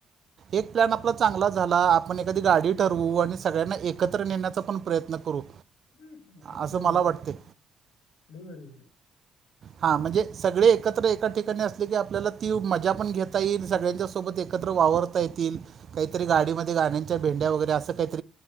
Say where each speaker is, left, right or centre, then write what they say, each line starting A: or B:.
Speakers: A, on the right (about 50°); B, on the left (about 75°).
A: एक प्लॅन आप आपल चांगला झाला आप एखादी गाडी
B: हां,
A: ठरवू आणि स सगळ्यांना एकत्र नेण्याचा पण प्रयत्न करू
B: लई
A: असं
B: भारी
A: मला
B: होईल
A: वाटते
B: आपण लई भारी होईल
A: हा म्हणजे सगळे एकत्र एका ठिकाणी असले की आपल्याला ती मजा पण घेता येईल सगळ्यांच्या सोबत एकत्र वावरता येतील काहीतरी गाडीमध्ये गाण्यांच्या भेंड वैरे अस काहीत